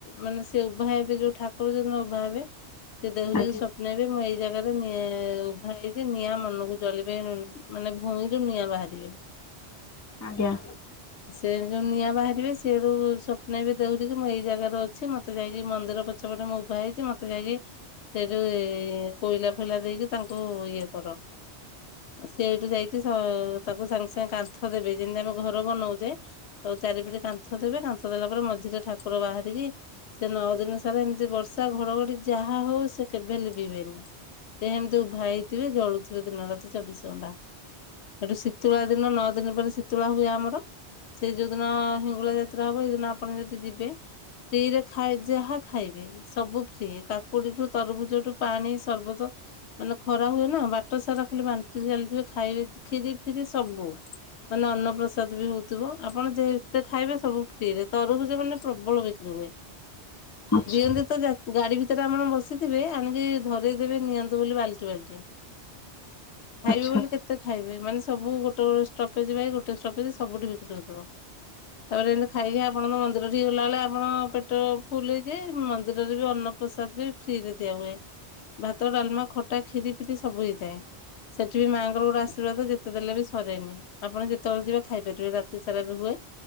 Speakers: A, on the left; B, on the left.
A: ମାନେ ସେ ଉଭା ହେବେ ଯୋଉ ଠାକୁର ଜଉଦିନ ଉଭା ହେବେ। ସେ ଦେହରୁ
B: ଆଜ୍ଞା।
A: ସ୍ୱପ୍ନ ହେବେ ମୁଁ ଏଇଯା ନିଁ ଉଭା ହେଇଛି ନିଆଁ ମନକୁ ଜଳିବେ ମାନେ ଭୂଇଁ ରୁ ନିଆଁ ବାହାରିବେ।
B: ଆଜ୍ଞା।
A: ସେ ଯେଉଁ ନିଆଁ ବାହାରିବେ ସେଠୁ ସ୍ୱପ୍ନଇବେ ଦେଉଠିକି ମୁଁ ଏଇ ଜାଗାରେ ଅଛି ମୋତେ ଯାଇକି ମନ୍ଦିର ପଛପଟେ। ମୁଁ ଉଭା ହେଇଛି ମତେ ଯାଇକି ସେଇଠି କୋଇଲା ଫୋଇଲା ଦେଇକି ତାଙ୍କୁ ଇଏ କର। ସେଇଠୁ ଯାଇକି ତାକୁ ସାଙ୍ଗେ ସାଙ୍ଗେ କାନ୍ଥ ଦେବେ ଯେମିତି ଆମେ ଘର ବନଉ। ତ ଚାରିପିଟେ କାନ୍ଥ ଦେବେ କାନ୍ଥ ଦେଲା ପରେ ମଝିରେ ଠାକୁର ବାହାରିକି ସେ ନଅ ଦିନ ସାରା। ଏମିତି ବର୍ଷା ଘଡଘଡି ଯାହା ହଉ ସେ କେବେ ଲିଭିବେନି। ସେ ଏମିତି ଉଭା ହେଇଥିବେ ଜଳୁଥିବେ ଦିନ ରାତି ଚବିଶ ଘଣ୍ଟା। ସେଠୁ ଶୀତୁଳା ଦିନ ନଅ ଦିନ ପରେ ଶୀତୁଳା ହୁଏ ଆମର। ସେ ଯୋଉଦିନ ହିଙ୍ଗୁଳା ଯାତ୍ରା ହବ, ସେଇଦିନ ଆପଣ ଯଦି ଯିବେ ଫ୍ରୀରେ ଖାଇ ଯାହା ଖାଇ ଖାଇବେ ସବୁ ଫ୍ରି କାକୁଡିଠୁ ତରଭୁଜଠୁ ପାଣି ସର୍ବତ ମାନେ ଖ ରା ହୁଏ ନା ବାଟ ସାରା ଖାଲି ବାଣ୍ଟି ଚାଲିଥିବେ, ଖାଇବେ ଖିରି ଫିରି ସବୁ। ମାନେ ଅନ୍ନପ୍ରସାଦ ବି ହଉ ଆପଣ ଯେତେ ଖାଇବେ ସବୁ ଫ୍ରିରେ। ତରଭୁଜ ମାନେ ପ୍ରବଳ ବିକ୍ରି ହୁଏ।
B: ଆଚ୍ଛା
A: ଦିଅନ୍ତି ତ ଯା ଗାଡି ଭିତରେ ଆପଣ ବସିଥିବେ ଆଣିକି ଧରେଇ ଦେବେ, ନିଅନ୍ତୁ ବୋଲି ବାଲ୍ଟି ବାଲ୍ଟି। ଖାଇବେ
B: ଆଚ୍ଛା
A: ବୋଲି କେତେ ଖାଇବେ, ମାନେ ସବୁ ଗୋଟେ ଗୋଟେ ଷ୍ଟପେଜ ବାଇ ଗୋଟେ ଷ୍ଟପେଜ୍ ସବୁଠି ବି କ୍ରି ହଉଥିବ। ତାପରେ ଏମିତି ଖାଇକି ଆପଣଙ୍କ ମନ୍ଦିର ଠିକେ ଗଲା ବେଳେ ଆପଣ ପେଟ ଫୁଲ ହେଇଯାଏ, ମନ୍ଦିରରେ ବି ଅନ୍ନ ପ୍ରସାଦ ବି ଫ୍ରିରେ ଦିଆ ହୁଏ। ଭାତ, ଡାଲମା, ଖଟା, ଖିରି ଫିରି ସବୁ ହେଇଥାଏ। ସେଠି ବି ମାଆଙ୍କର ଗୋଟେ ଆଶୀର୍ବାଦ ଯେତେ ଦେଲେ ବି ସରେନି, ଆପଣ ଯେତେବେଳେ ଯିବେ ଖାଇପାରିବେ। ରାତି ସାରା ବି ହୁଏ।